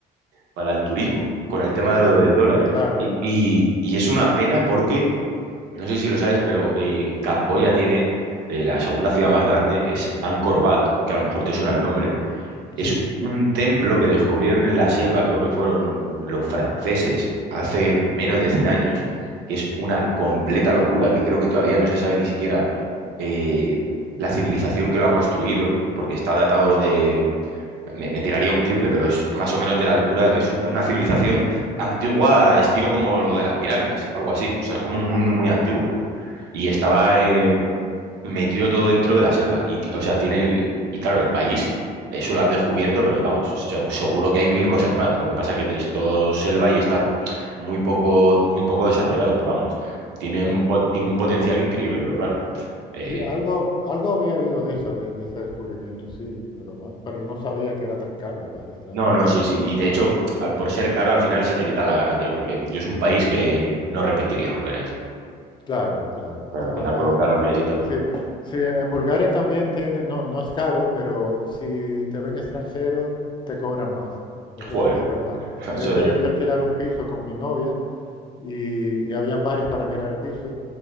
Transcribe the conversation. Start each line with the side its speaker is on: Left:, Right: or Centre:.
Right: para el turismo, con el tema
Left: madre,
Right: de lo del dólar, ¿eh?
Left: claro.
Right: Y, y- y es una pena porque, no sé si lo sabes, pero eh, Camboya tiene... eh, la segunda ciudad más grande es Angkor Wat, que a lo mejor te suena el nombre, es
Left: Sí,
Right: un templo que descubrieron en la selva, creo que fueron los franceses, hace menos de 100 años, que es una completa locura, que creo que todavía no se sabe ni siquiera eh, la civilización que lo ha construido, porque está datado de... Me, me tiraría un triple, pero es más o menos de la altura, es un- una civilización antigua, estilo como lo de las pirámides, algo así, o sea, es como muy, muy, muy antiguo. Y estaba eh, metido todo dentro de la selva. Y, ti- o sea, tiene el- y claro, el país, eso lo han descubierto, pero vamos, se- seguro que hay mil cosas más. Lo que pasa que es todo selva y está muy poco, muy poco desarrollado, pero vamos, tiene
Left: claro.
Right: un, po- tiene un potencial increíble, pero claro. eh,
Left: Sí, algo, algo había oído de eso, de, de ese descubrimiento, sí, pero, mal- pero no sabía que era tan caro el país, claro.
Right: no, no, sí, sí. Y de hecho, a- por ser caro, al final se te quitan las ganas de ir, porque yo es un país que no repetiría volver a ir.
Left: Claro, claro.
Right: Pero
Left: Te
Right: al final,
Left: van
Right: con
Left: a,
Right: lo caro que es y todo.
Left: es decir, sí, en Bulgaria también tienen, no, no es caro, pero si te ven extranjero, te cobran más. Eso
Right: Joder,
Left: sí que es verdad.
Right: <laughs> eso
Left: De hecho,
Right: de.
Left: yo fui a alquilar un piso con mi novia y, y habían varios para mirar el piso